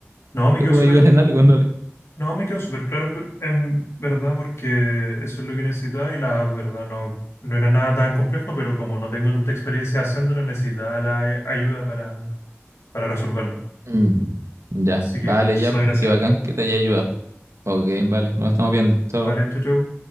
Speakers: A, on the left; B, on the right.
A: No, me
B: te
A: quedó
B: puede
A: súper,
B: ayudar en algo, en
A: no, me quedó súper claro en, ver- en verdad porque eso es lo que necesitaba y la app, verdad, no, no era nada tan complejo, pero como no tengo tanta experiencia haciéndolo, necesitaba la ay- ayuda para, para resolverlo.
B: Mm, ya,
A: Así que
B: vale,
A: muchísimas
B: ya, pues,
A: gracias.
B: qué bacán que te haya ayudado. Ok, vale, nos estamos viendo. Chao.
A: Vale, chau, chau.